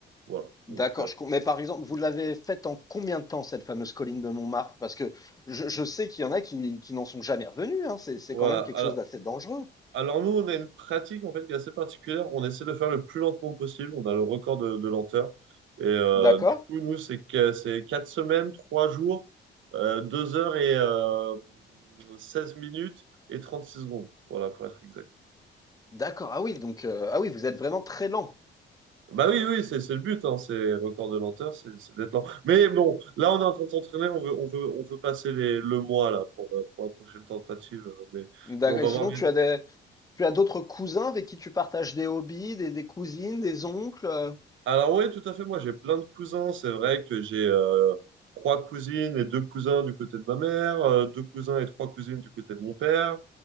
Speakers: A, on the right; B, on the left.
A: voilà. Donc,
B: d'accord.
A: euh,
B: je com- Mais par exemple, vous l'avez faite en combien de temps, cette fameuse colline de Montmartre? Parce que je, je sais qu'il y en a qui, qui n'en sont jamais revenus. hein, C'est, c'est
A: voilà.
B: quand même quelque
A: Alors,
B: chose d'assez dangereux.
A: Alors nous, on a une pratique en fait qui est assez particulière. On essaie de faire le plus lentement possible. On a le record de, de lenteur. Et euh,
B: D'accord?
A: du coup, nous, c'est que c'est 4 semaines, 3 jours, euh, 2 heures et euh, 16 minutes et 36 secondes. Voilà, pour être exact.
B: D'accord. Ah oui, donc euh, ah oui, vous êtes vraiment très lent.
A: Bah oui, oui, c'est c'est le but, hein, c'est record de lenteur, c'est c'est d'être lent. Mais bon, là, on est en train de s'entraîner, on veut, on veut, on veut passer les, le mois là pour la, pour la prochaine tentative. euh, Mais,
B: D'accord.
A: mais on va
B: Et sinon,
A: voir.
B: tu as des, tu as d'autres cousins avec qui tu partages des hobbies, des, des cousines, des oncles? euh
A: Alors oui, tout à fait. Moi, j'ai plein de cousins. C'est vrai que j'ai euh, trois cousines et deux cousins du côté de ma mère, euh, deux cousins et trois cousines du côté de mon père.